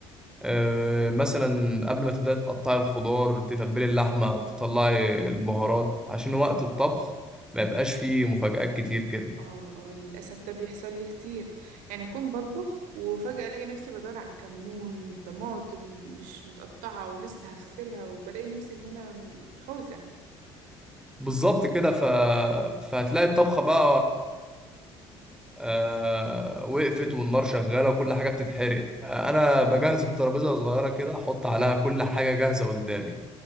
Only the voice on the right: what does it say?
اه اه للأسف ده بيحصل لي كتير يعني اكون بطبخ وفجأة الاقي نفسي بدور على الكمون طماطم مش متقطعة ولسه هغسلها وبلاقي نفسي ان انا في حوسة